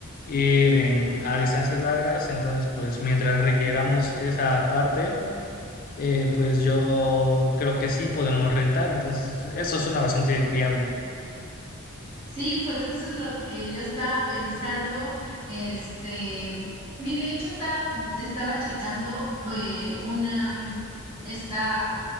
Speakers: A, on the left (about 40°); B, on the right (about 25°).
A: ir en, a distancias largas. Entonces, pues mientras requieramos esa parte, eh, pues yo creo que sí podemos rentar. Entonces, eso suena bastante viable.
B: Sí, pues eso es lo que yo estaba pensando, este, y de hecho estaba, estaba checando eh, una, esta,